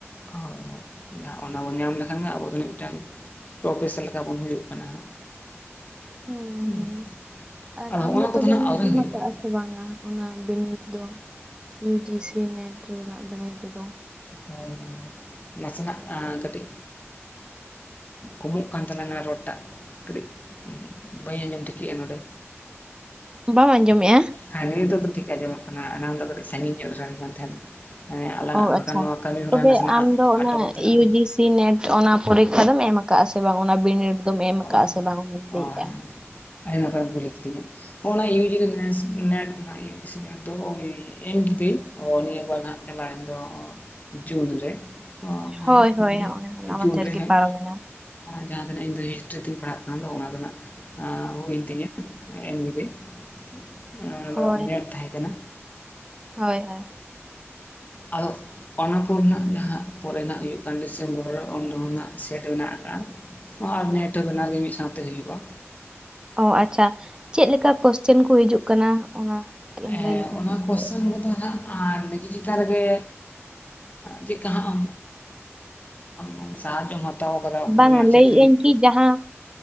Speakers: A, on the left; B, on the right.
A: ᱦᱳᱭ ᱦᱳᱭ ᱚᱱᱟ ᱵᱚᱱ ᱧᱟᱢ ᱞᱮᱠᱷᱟᱱ ᱜᱮ ᱟᱵᱚ ᱫᱚ ᱢᱤᱫᱴᱟᱝ ᱯᱨᱚᱯᱷᱮᱥᱟᱨ ᱞᱮᱠᱟ ᱵᱚᱱ ᱦᱩᱭᱩᱜ ᱠᱟᱱᱟ ᱦᱟᱸᱜ
B: ᱦᱩᱸ
A: ᱦᱮᱸ
B: ᱦᱩᱸ ᱟᱨ
A: ᱟᱫᱚ ᱦᱚᱸᱜᱼᱚ
B: ᱟᱢ
A: ᱱᱟ
B: ᱫᱚ
A: ᱠᱚᱫᱚ
B: ᱛᱚᱵᱮᱢ
A: ᱱᱟᱜ ᱟᱹᱣᱨᱤ
B: ᱮᱢ
A: ᱦᱩᱭᱩᱜᱼᱟ
B: ᱠᱟᱜᱼᱟ ᱥᱮ ᱥᱮ ᱵᱟᱝᱟ ᱚᱱᱟ ᱵᱤᱱᱤᱰ ᱫᱚ ᱤᱭᱩ ᱡᱤ ᱥᱤ ᱱᱮᱴ ᱨᱮᱱᱟᱜ ᱵᱤᱱᱤᱰ ᱫᱚ
A: ᱦᱳᱭ ᱦᱳᱭ ᱱᱟᱥᱮᱱᱟᱜ ᱠᱟᱹᱴᱤᱡ ᱠᱚᱢᱚᱜ ᱠᱟᱱ ᱛᱟᱞᱟᱝ-ᱟ ᱨᱚᱲ ᱴᱟᱜ ᱠᱟᱹᱴᱤᱡ ᱵᱟᱹᱧ ᱟᱸᱡᱚᱢ ᱴᱷᱤᱠᱮᱜᱼᱟ ᱱᱚᱸᱰᱮ
B: ᱵᱟᱢ ᱟᱸᱡᱚᱢᱮᱜᱼᱟ?
A: ᱦᱮᱸ ᱱᱤᱭᱟᱹ ᱱᱤᱛᱚᱜ ᱴᱷᱤᱠ ᱟᱸᱡᱚᱢᱚᱜ ᱠᱟᱱᱟ ᱮᱱᱟᱝ ᱫᱚ ᱠᱟᱹᱴᱤᱡ ᱥᱟᱺᱜᱤᱧ ᱧᱚᱜ ᱨᱮ ᱥᱟᱲᱮ ᱠᱟᱱ ᱛᱟᱦᱮᱸᱱᱟ, ᱟᱞᱟᱝᱟᱜ
B: ᱚ ᱟᱪᱪᱷᱟ
A: ᱵᱟᱠᱷᱟᱱ ᱱᱚᱣᱟ ᱠᱟᱹᱢᱤᱦᱚᱨᱟ
B: ᱛᱚᱵᱮ
A: ᱱᱟᱥᱮᱱᱟᱜ
B: ᱟᱢ ᱫᱚ ᱚᱱᱟ
A: ᱟᱴᱚᱠᱚᱜ ᱛᱟᱞᱟᱝ-ᱟ
B: ᱤᱭᱩ
A: ᱾
B: ᱡᱤ ᱱᱮᱴ ᱚᱱᱟ ᱯᱚᱨᱤᱠᱠᱷᱟ ᱫᱚᱢ ᱮᱢ ᱟᱠᱟᱜᱼᱟ ᱥᱮ ᱵᱟᱝ ᱚᱱᱟ ᱵᱤᱱᱤᱰ ᱫᱚᱢ ᱮᱢ
A: ᱚ
B: ᱟᱠᱟᱜᱼᱟ ᱥᱮ ᱵᱟᱝ ᱚᱱᱟᱧ ᱞᱟᱹᱭᱮᱜᱼᱟ ᱾
A: ᱟᱹᱰᱤ ᱱᱟᱯᱟᱭᱮᱢ ᱠᱩᱞᱤ ᱠᱤᱫᱤᱧᱟ ᱾ ᱱᱚᱜ ᱱᱚᱣᱟ U G NET U NET ᱫᱚ ᱮᱢ ᱠᱤᱫᱟᱹᱧ ᱱᱤᱭᱟᱹ ᱵᱟᱨ ᱦᱟᱸᱜ ᱪᱟᱞᱟᱣ ᱮᱱ ᱫᱚ ᱡᱩᱱ ᱨᱮ,
B: ᱦᱳᱭ
A: ᱦᱮᱸ
B: ᱦᱳᱭ
A: ᱢᱮ
B: ᱦᱚᱸᱜᱼᱚᱭ ᱦᱚᱞᱟ
A: ᱡᱩᱱ
B: ᱢᱟᱫᱷᱮᱨ
A: ᱨᱮ
B: ᱜᱮ
A: ᱦᱮᱸ
B: ᱯᱟᱨᱚᱢᱮᱱᱟ
A: ᱡᱟᱦᱟᱸ ᱛᱤᱱᱟᱹᱜ <unintelligible> <unintelligible> ᱛᱤᱧ ᱯᱟᱲᱦᱟᱜ ᱠᱟᱱ ᱫᱚ ᱚᱱᱟ ᱫᱚ ᱱᱟᱜ ᱦᱩᱭᱮᱱ ᱛᱤᱧᱟᱹ ᱮᱢᱱᱤ ᱛᱮᱭ ᱾ ᱚᱱᱟ
B: ᱦᱳᱭ
A: ᱫᱚ ᱱᱮᱴ ᱛᱟᱦᱮᱸ ᱠᱟᱱᱟ
B: ᱦᱳᱭ ᱦᱳᱭ
A: ᱟᱫᱚ ᱚᱱᱟ ᱯᱚᱨᱮᱱᱟᱜ ᱡᱟᱦᱟᱸ ᱯᱚᱨᱮᱱᱟᱜ ᱦᱩᱭᱩᱜ ᱠᱟᱱ ᱰᱤᱥᱮᱢᱵᱚᱨ ᱨᱮ ᱚᱱᱰᱮᱱᱟᱜ ᱥᱮᱴ ᱢᱮᱱᱟᱜ ᱟᱠᱟ-ᱟ ᱟᱨ ᱱᱮᱴ ᱦᱚᱸ ᱵᱟᱱᱟᱨ ᱜᱮ ᱢᱤᱫ ᱥᱟᱶᱛᱮ ᱦᱩᱭᱩᱜ-ᱟ
B: ᱚ ᱟᱪᱪᱷᱟ ᱪᱮᱫ ᱞᱮᱠᱟ ᱠᱚᱥᱪᱮᱱ ᱠᱚ ᱦᱤᱡᱩᱜ ᱠᱟᱱᱟ ᱚᱱᱟ ᱠᱟᱹᱴᱤᱡ ᱮᱢ
A: ᱦᱮᱸ
B: ᱞᱟᱹᱭ ᱞᱮᱠᱷᱟᱱ
A: ᱚᱱᱟ
B: ᱵᱷᱟᱜᱮᱜᱼᱟ?
A: ᱠᱚᱥᱪᱮᱱ ᱠᱚᱫᱚ ᱦᱟᱸᱜ ᱵᱤᱞᱤ ᱠᱟᱞ ᱜᱮ ᱪᱮᱫᱠᱟ ᱟᱢ ᱦᱟᱸᱜ ᱥᱟᱦᱟᱡᱚᱢ ᱦᱟᱛᱟᱣ ᱾ ᱦᱟᱛᱟᱣ ᱟᱠᱟᱫᱟ ᱚᱠᱚᱭ
B: ᱵᱟᱝᱟ
A: ᱢᱟᱪᱮᱛᱟᱹᱱᱤ ᱾
B: ᱡᱟᱦᱟᱸ